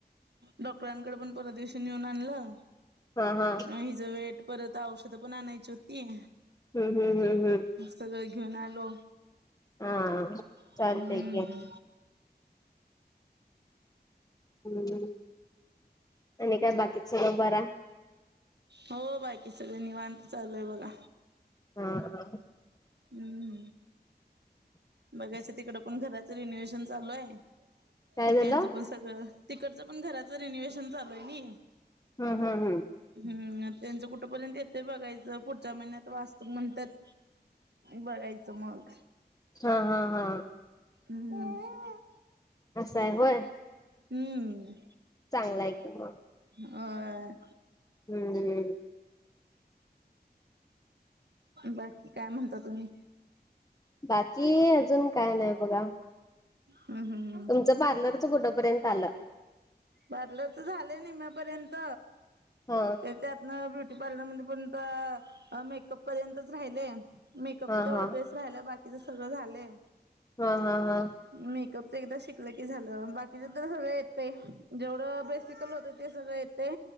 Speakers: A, on the right; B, on the left.
A: डॉक्टरांकडे पण परवा दिवशी नेऊन आ आणलं
B: हा हा
A: आणि हिज वेट परत औषध पण आणायची होती.
B: हम्म हम्म हम्म -
A: सगळं घेऊन आलो.
B: आ चालतय
A: हम्म
B: की हूं आणि काय बाकीचा न बरा
A: हो बाकी सगळ निवांत चालूय बघा.
B: हां
A: हम्म बघायचं तिकड पण घराच रिनोवेशन चालू आहे
B: काय
A: न
B: झालं
A: त्यांचं पण सगळं तिकडचं पण घराचं रिंन्युव्हेशन चालू आहे नी
B: हम्म हम्म हम्म
A: हम्म त्यांचं कुठपर्यंत येत बघायचं पुढच्या महिन्यात वास्तूक म्हणत्यात. बघयचं मग
B: हा हा हा
A: हम्म
B: असं आहे होय.
A: हम्म
B: चांगला आहे क म
A: होय.
B: हम्म.
A: बाकी काय म्हणता तुम्ही
B: बाकी अजून काय नाय बघा
A: हम्म हम्म हं
B: तुमचं पार्लरच कुठंपर्यंत आलं
A: पार्लर चं झालं निम्यापर्यंत
B: हा
A: ते त्यात न ब्युटी पार्लर मध्ये पण त मेकअप पर्यंतच राहिलय मेकअपच
B: हा
A: तेवढं
B: हा
A: बेस्ट राहिलंय बाकीचं सगळं झालंय.
B: हा हा हा
A: मेकअपच एकदा शिकलं की झालं बाकीचे तर सगळ येतय जेवढं बेसिकल होत ते सगळं येतय